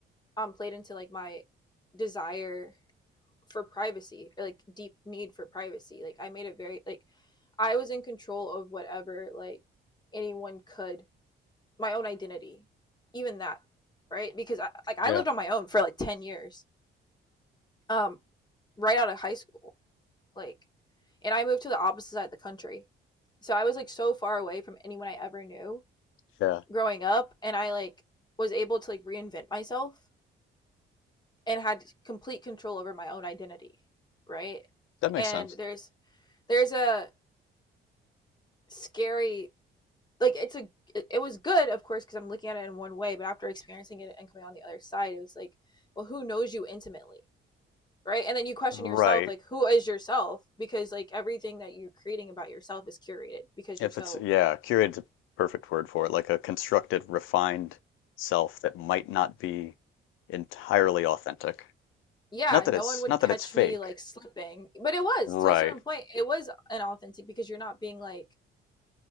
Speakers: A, on the left; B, on the left.
A: um, played into, like, my desire for privacy, or, like, deep need for privacy. Like, I made it very, like, I was in control of whatever, like, anyone could my own identity even that right because I, like i
B: Yeah.
A: lived on my own for like 10 years um right out of high school like and i moved to the opposite side of the country so i was like so far away from anyone i ever knew
B: Yeah.
A: growing up and i like was able to like reinvent myself and had complete control over my own identity right
B: That makes
A: and
B: sense.
A: there's there's a scary like it's a it, was good of course because i'm looking at it in one way but after experiencing it and coming on the other side it was like well who knows you intimately right and then you question
B: Right.
A: yourself like who is yourself because like everything that you're creating about yourself is curated because
B: If
A: you're so
B: it's, yeah, curated's a perfect word for it, like a constructed, refined self that might not be entirely authentic.
A: yeah
B: Not that
A: no
B: it's,
A: one would
B: not
A: catch
B: that it's fake.
A: me like slipping but it was
B: Right.
A: to a certain point it was inauthentic because you're not being like